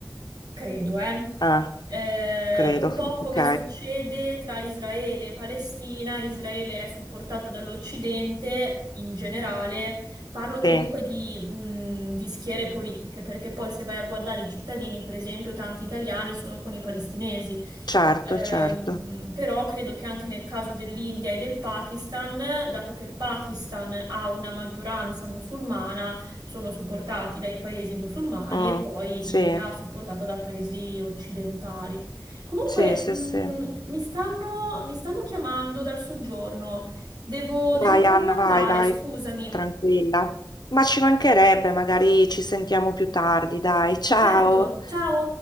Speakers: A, on the right; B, on the left.
A: Credo, eh.
B: Ah,
A: eh,
B: credo.
A: un po'
B: <laughs>
A: come
B: Ok.
A: succede tra Israele e Palestina, Israele è supportato dall'Occidente in generale, parlo comunque
B: Sì,
A: di, mh, di schiere politiche, perché poi se vai a guardare i cittadini, per esempio, tanti italiani sono con i palestinesi.
B: certo,
A: Ehm,
B: certo.
A: però credo che anche nel caso dell'India e del Pakistan, dato che il Pakistan ha una maggioranza musulmana, sono supportati dai paesi musulmani
B: Mm,
A: e poi
B: sì,
A: India supportata da paesi occidentali. Comunque,
B: sì, sì,
A: mh,
B: sì.
A: mi stanno, mi stanno chiamando dal soggiorno. Devo,
B: Vai
A: devo proprio
B: Anna, vai,
A: andare,
B: vai,
A: scusami.
B: tranquilla. Ma ci mancherebbe, magari ci sentiamo più tardi, dai, ciao.
A: Certo, ciao!